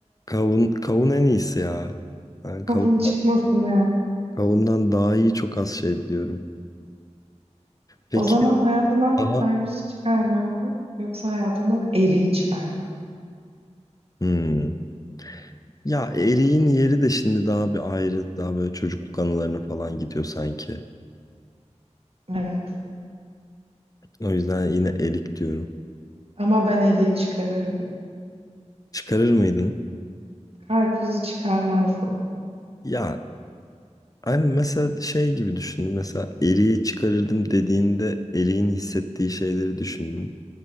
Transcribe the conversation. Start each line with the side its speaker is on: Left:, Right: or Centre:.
Left: Kavun, kavun en iyisi ya. Ben kavundan,
Right: Kabuğun çıkmasın ya.
Left: kavundan daha iyi çok az şey biliyorum. Peki
Right: O zaman hayatından
Left: daha...
Right: karpuzu çıkarmak mı yoksa hayatından eriği çıkarmak mı?
Left: Hmm. Ya Eri'nin yeri de şimdi daha bir ayrı, daha böyle çocukluk anılarına falan gidiyor sanki.
Right: Evet.
Left: O yüzden yine Erik diyorum.
Right: Ama ben eriği çıkarırdım.
Left: Çıkarır mıydın?
Right: Karpuzu çıkarmazdım.
Left: Ya hani mesela şey gibi düşündüm. Mesela Eri'yi çıkarırdım dediğinde Eri'nin hissettiği şeyleri düşündüm.